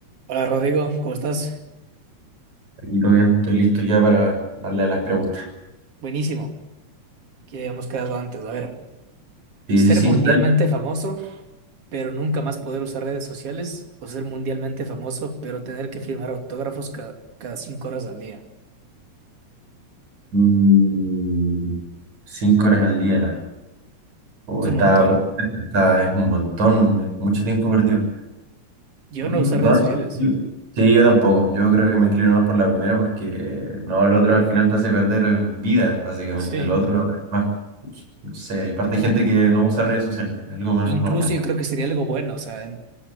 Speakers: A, on the right (about 50°); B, on the right (about 75°).
A: Hola Rodrigo, ¿cómo estás?
B: Aquí todo bien, estoy listo ya para darle a las preguntas.
A: Buenísimo, que habíamos quedado antes. A ver,
B: Sí,
A: ser
B: sí, sí,
A: mundialmente
B: dale.
A: famoso, pero nunca más poder usar redes sociales, o ser mundialmente famoso, pero tener que firmar autógrafos ca- cada cinco horas al día.
B: Mm, cinco horas al día. O
A: Es
B: está,
A: un montón.
B: está- es un montón, es mucho tiempo perdido.
A: Yo
B: Mm,
A: no uso redes
B: no,
A: sociales.
B: yo- sí, yo tampoco. Yo creo que me inclino más por la primera porque no, el otro al final te hace perder vida, básicamente.
A: Sí.
B: El otro es más, no sé, y aparte hay gente que no usa redes sociales, es algo más
A: Incluso
B: normal.
A: yo creo que sería algo bueno, o sea, en-